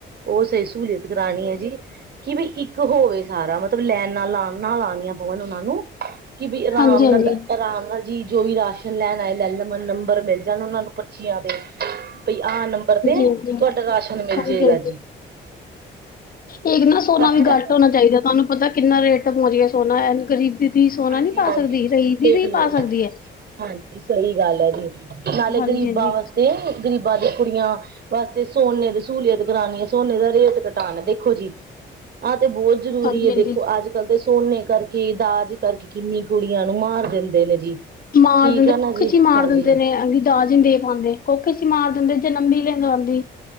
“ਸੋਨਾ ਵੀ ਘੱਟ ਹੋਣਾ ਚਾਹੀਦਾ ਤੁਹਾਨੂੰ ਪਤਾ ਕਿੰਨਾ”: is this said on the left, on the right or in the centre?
Left